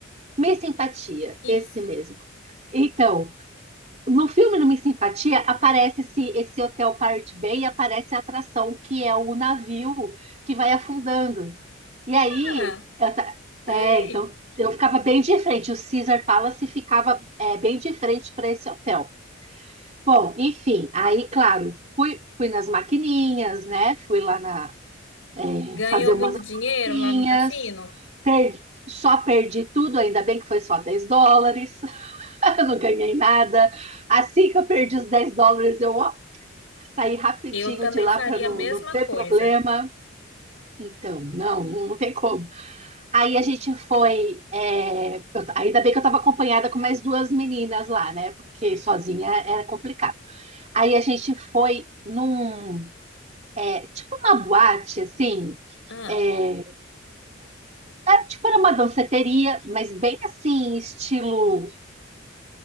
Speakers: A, on the right; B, on the left.
A: Miss Simpatia,
B: Isso.
A: esse mesmo. Então, no filme do Miss Simpatia aparece esse, esse hotel Pirate Bay e aparece a atração que é o navio que vai afundando. E aí,
B: Ah,
A: eu ta-
B: sei.
A: é, então eu ficava bem de frente, o Caesar Palace ficava é, bem de frente para esse hotel. Bom, enfim, aí, claro, fui, fui nas maquininhas, né? Fui lá na, é,
B: Ganhou
A: fazer umas
B: muito
A: apostinhas,
B: dinheiro lá no cassino?
A: perdi- só perdi tudo, ainda bem que foi só 10 dólares, <laughs> eu não ganhei nada. Assim que eu perdi os 10 dólares, eu ó, saí rapidinho
B: Eu também
A: de lá
B: faria
A: para não,
B: a mesma
A: não ter
B: coisa.
A: problema. Então, não, não tem como. Aí a gente foi. é, eu- ainda bem que eu estava acompanhada com mais duas meninas lá, né? Porque sozinha era complicado. Aí a gente foi num, é, tipo uma boate, assim,
B: Ah,
A: é, era, tipo era uma danceteria, mas bem assim, estilo